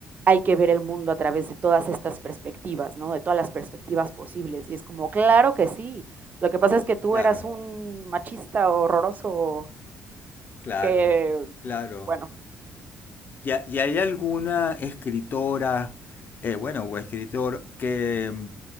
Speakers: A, on the right; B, on the left.
A: hay que ver el mundo a través de todas estas perspectivas, ¿no? De todas las perspectivas posibles. Y es como, claro que sí. Lo que pasa es que tú
B: claro.
A: eras un machista horroroso
B: Claro,
A: que,
B: claro.
A: bueno,
B: ¿Y, ha- y hay alguna escritora, eh, bueno, o escritor que mm,